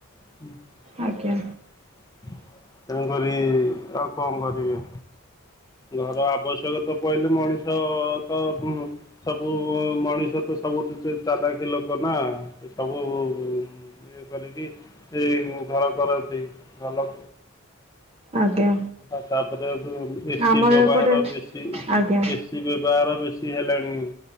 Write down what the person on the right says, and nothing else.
ଆଜ୍ଞା।
ଆଜ୍ଞା।
ଆମର
ଏପଟେ
ଆଜ୍ଞା